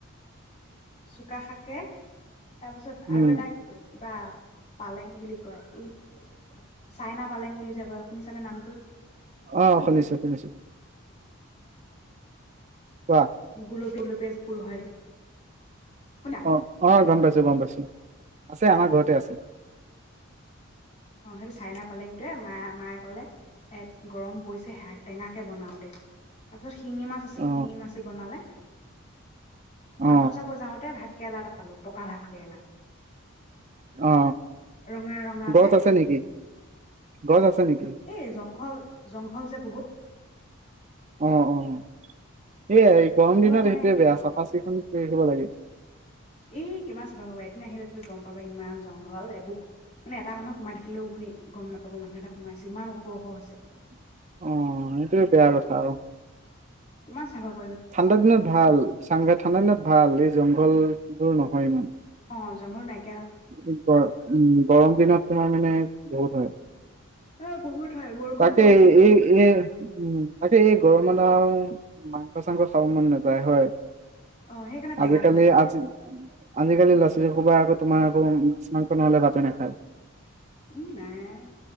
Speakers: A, on the left (about 35°); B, on the right (about 35°).
A: চুকাশাকে। তাৰ পিছত
B: উম
A: আৰু এটা <unintelligible> কিবা, পালেং বুলি কয়। ই, চাইনা পালেং বুলি যে কয় শুনিছানে নামটো?।
B: অ', শুনিছো-শুনিছো। কোৱা।
A: গুলপী <unintelligible> গুলপীয়া যে ফুল হয়। শুনা
B: অ, অ', গমপাইছো-গমপাইছো। আছে আমাৰ ঘৰতে আছো।
A: অ', সেইটো চাই নাপালেং তোৱে মা মায়ে কলে, এ গৰম পৰিছে শাক টেঙাকে বনাও দে। তাৰপিছত শিঙি মাছ আছিল
B: অ
A: শিঙি মাছেই বনালে।
B: অ
A: তামোল চাবৰ যাওঁতে ভাত কেৰেলা এটা পালো, পকা ভাত কেৰেলা।
B: অ।
A: ৰঙা ৰঙা
B: গছ
A: যে
B: আছে নেকি? গছ আছে নেকি?
A: এই জংঘল জংঘল যে বহুত।
B: অ, অ <inaudible> এই এই গৰম
A: জংঘলত
B: দিনত
A: মানে
B: সেইটোয়ে বেয়া চাফা চিকুন কৰি আহিব লাগে।
A: এই কিমান চাফা কৰিবা এদিন আহিলে তুমি গম পাবা ইমান জংঘল এবুকু। এটা মানুহ সোমাই থাকিলেও মানে গম নাপায়। হ'ব মানুহ এটা <inaudible> ওখ ওখ হৈছে
B: <inaudible> অ এইটোৱে বেয়া কথা।
A: কিমান চাফা <inaudible>
B: ঠাণ্ডা দিনত ভাল, ঠাণ্ডা দিনত ভাল এই জংঘল <inaudible> এইটোৰনহয় ইমান।
A: অজংঘল নাই <inaudible>
B: ইপ <unintelligible> উম গৰম দিনত তোমাৰ মানে বহুত হয়
A: অ বহুত <inaudible>
B: তাকে
A: পোৱা যে একদম
B: এই এইতাকে এই গৰমত আৰু। মাংস চাংস খাব মন নাযায় হয়
A: অ' সেইকাৰণে টেঙা
B: আজিকালি
A: তৰকাৰী বনালে
B: আজি আজিকালি ল'ৰা ছোৱালী হোপা তোমাৰ আকৌ মাছ-মাংস নহ'লে ভাতে নাখায়।
A: উম নাই